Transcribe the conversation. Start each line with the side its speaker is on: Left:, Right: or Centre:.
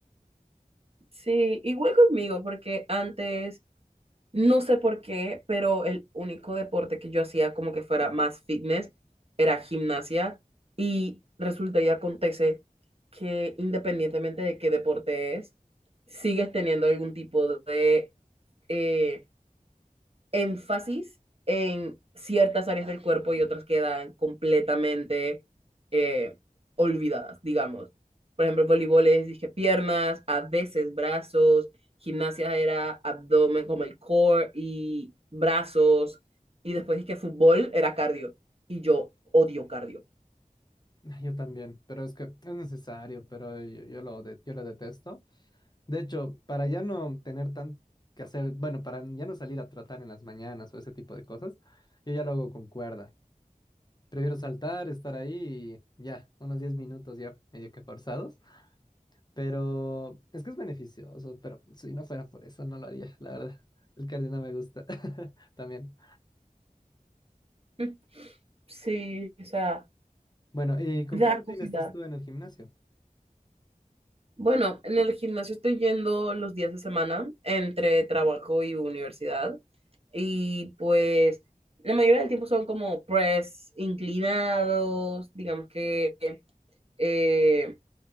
Right: Sí, igual conmigo, porque antes, no sé por qué, pero el único deporte que yo hacía como que fuera más fitness era gimnasia y resulta y acontece que independientemente de qué deporte es, sigues teniendo algún tipo de, eh, énfasis en ciertas áreas del cuerpo y otras quedan completamente eh, olvidadas, digamos. Por ejemplo, voleibol es, dije, piernas, a veces brazos, gimnasia era abdomen, como el core y brazos, y después dije, fútbol era cardio, y yo odio cardio.
Left: Ah, Yo también, pero es que es necesario, pero yo, yo lo, de- yo lo detesto. De hecho, para ya no tener tan que hacer, bueno, para ya no salir a trotar en las mañanas o ese tipo de cosas, yo ya lo hago con cuerda. Prefiero saltar, estar ahí y ya, unos 10 minutos ya medio que forzados. Pero es que es beneficioso, pero si no fuera por eso no lo haría, la verdad. El cardio no me gusta <laughs> también.
Right: <laughs> Sí, o sea,
Left: Bueno, ¿y con
Right: da
Left: qué rutina
Right: cosita.
Left: estás tú en el gimnasio?
Right: Bueno, en el gimnasio estoy yendo los días de semana entre trabajo y universidad. Y pues la mayoría del tiempo son como press inclinados, digamos que eh,